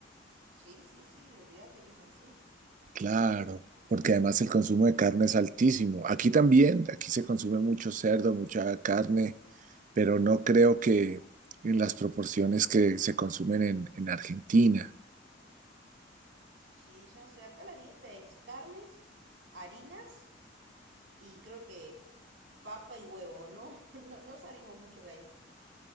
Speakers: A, on the right; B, on the right.
A: sí, sí, sí, olvídate que es así.
B: Claro, porque además el consumo de carne es altísimo. Aquí también, aquí se consume mucho cerdo, mucha carne, pero no creo que en las proporciones que se consumen en, en Argentina.
A: Sí, yo no sé, acá la dieta es carnes, harinas y creo que papa y huevo, ¿no? <laughs> No, no salimos mucho de ahí.